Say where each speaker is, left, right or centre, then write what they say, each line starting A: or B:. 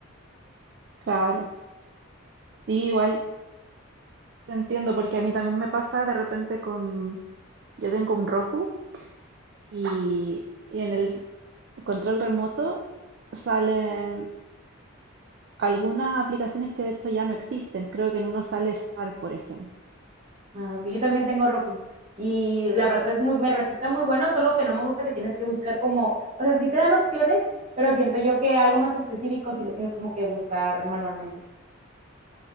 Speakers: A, on the right (about 50°); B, on the right (about 30°).
A: Claro, sí, igual te entiendo porque a mí también me pasa de repente con, yo tengo un Roku y, y en el control remoto salen algunas aplicaciones que de hecho ya no existen. Creo que en uno sale Star, por ejemplo.
B: Ah, ok, Yo también tengo Roku. Y la verdad es muy, me resulta muy bueno, solo que no me gusta que tienes que buscar como, o sea, sí te dan opciones, pero siento yo que algo más específico sí lo tienes como que buscar manualmente.